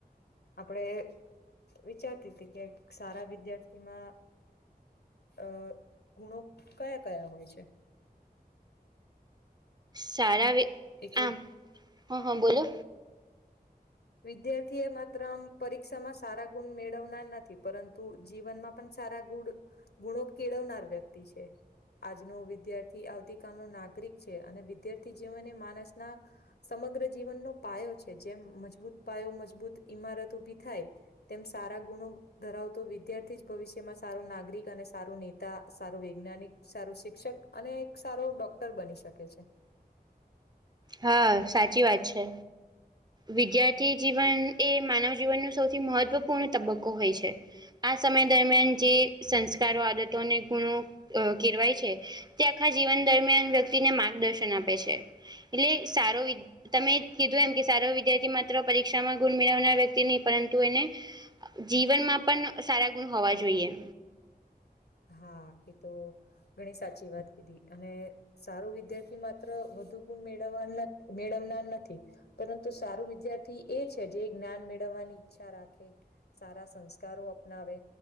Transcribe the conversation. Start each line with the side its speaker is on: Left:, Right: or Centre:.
Left: આપણેે વિચારતી હતી કે સારા વિદ્યાર્થીમાં. અ ગુણો કયા કયા હોય છે.
Right: સારા
Left: એક
Right: આમ હા હા બોલો.
Left: વિદ્યાર્થી એ માત્ર આમ પરીક્ષામાં સારા ગુણ મેળવનાર નથી પરંતુ જીવનમાં. પણ સારા ગુ ગુણો કેળવનાર વ્યક્તિ છે. આજનો વિદ્યાર્થી આવતી કલ ન નાગરિક છે અને વિદ્યાર્થી જેવનને માણસના. સમગ્ર જીવનનો પાયો છે જેમ મજબૂત. પાયો મજબૂત ઈમારત ઉભી થાય તેમ સારા ગુણો ધરાવતો વિદ્યાર્થી જ. ભવિષ્યમાં સારો નાગરિક અને સારું નેતા સારું વૈજ્ઞાનિક સારો શિક્ષક અને એક સારો ડોક. ડોર બની શકે છે.
Right: હા સાચી વાત છે વિદ્યાર. થી જીવન એ માનવ જીવનનો સૌથી મહત્વપૂર્ણ તબક્કો હોય છે. આ સમય દરમિયાન જે સંસ્કારો આદતોને ગુણો કેરવાય છે. તે આખા જીવન દરમિયાન વ્યક્તિને માર્ગદર્શન આપે છે. એટલે સારો વિ તમે કીધું એમ કે સારો વિદ્યાર્થી. પરીક્ષામાં ગુણ મેળવનાર વ્યક્તિ નહીં પરંતુ એને. જીવનમાં પણ સારા ગુણ હોવા જોઈએ.
Left: હા એ તો. ઘણી સાચી વાત કીધી અને સારું વિદ્યાર્થી માત્ર વધુ ગુણ મેળવવા નથી. મેળવનાર નથી પરંતુ સારું વિદ્યાર્થી એ છે જે જ્ઞાન મેળવવાની ઈચ્છા રાખે. સારા સંસ્કારો અપનાવે